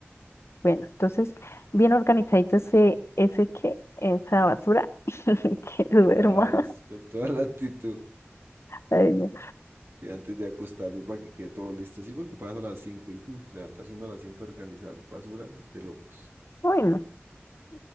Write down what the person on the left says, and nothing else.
Bueno, entonces, bien organizadito ese, ese que, esa basura <laughs> que duerma.
Ay, no.
Bueno,